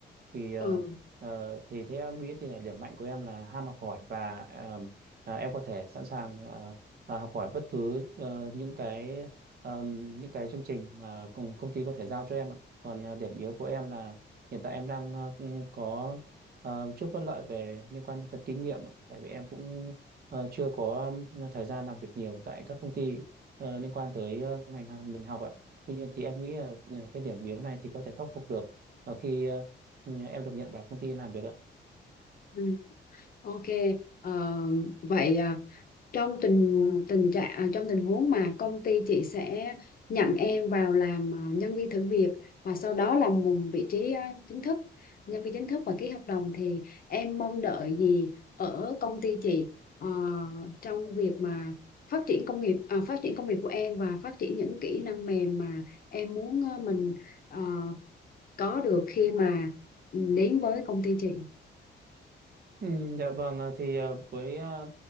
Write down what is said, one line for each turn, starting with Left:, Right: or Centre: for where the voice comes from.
Right: thì ờ,
Left: Ừ.
Right: ờ, thì thế em nghĩ thì là điểm mạnh của em là ham học hỏi và ờm, ờ, em có thể sẵn sàng ờ, ờ, học hỏi bất cứ ờ, những cái ờm, những cái chương trình mà công công ty có thể giao cho em ạ. Còn ờ, điểm yếu của em là hiện tại em đang ờ, cũng có ờ, chút bất lợi về liên quan đến phần kinh nghiệm ạ. Tại vì em cũng ờ, chưa có ừm, thời gian làm việc nhiều tại các công ty ờ, liên quan tới ờ, ngành hàng mình học ạ. Tuy nhiên thì em nghĩ là ờ, cái điểm yếu này thì có thể khắc phục được ở khi ờ, Ừ, em được nhận vào công ty làm việc ạ
Left: Ừ, ok. Ờ, vậy ờ, trong tình tình trạng à, trong tình huống mà công ty chị sẽ nhận em vào làm à, nhân viên thử việc và sau đó là một vị trí à, chính thức nhân viên chính thức và ký hợp đồng thì em mong đợi gì ở công ty chị ờ, trong việc mà phát triển công nghiệp à, phát triển công việc của em và phát triển những kỹ năng mềm mà em muốn ờ, mình ờ, có được khi mà đến với công ty chị
Right: Ừ, dạ vâng à, thì à, với à,